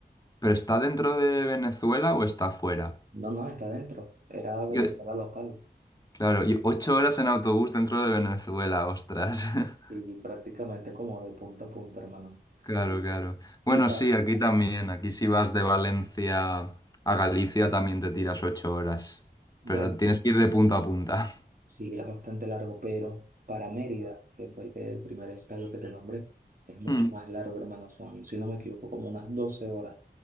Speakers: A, on the left; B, on the right.
A: ¿pero está dentro de Venezuela o está fuera?
B: No, no, está adentro. Era Venezuela
A: Yo-
B: local.
A: Claro, y ocho horas en autobús dentro de Venezuela, ostras. <laughs>
B: Sí, prácticamente como de punta a punta, hermano.
A: Claro,
B: Y,
A: claro. Bueno,
B: y para,
A: sí, aquí también. Aquí si vas de Valencia a Galicia también te tiras ocho horas.
B: bueno,
A: Pero tienes que ir de punta a punta. <laughs>
B: sí, es bastante largo, pero para Mérida, que fue el, que- el primer estadio que te nombré, es mucho
A: Mm,
B: más largo, hermano. Son, si no me equivoco, como unas 12 horas.